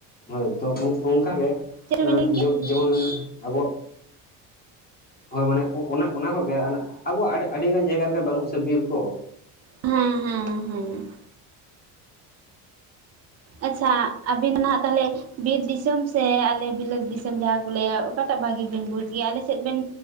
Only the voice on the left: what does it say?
ᱦᱳᱭ ᱛᱚ ᱚᱝᱠᱟ ᱜᱮ
ᱡᱮ-ᱡᱮᱢᱚᱱ ᱟᱵᱚᱣᱟᱜ, ᱦᱳᱭ ᱢᱟᱱᱮ ᱚᱱᱟ ᱚᱱᱟ ᱠᱚ ᱜᱮ ᱟᱵᱚᱣᱟᱜ ᱟᱹᱰᱤᱜᱟᱱ ᱡᱟᱭᱜᱟ ᱨᱮ ᱜᱮ ᱵᱟᱹᱱᱩᱜ ᱥᱮ ᱵᱤᱨ ᱠᱚ᱾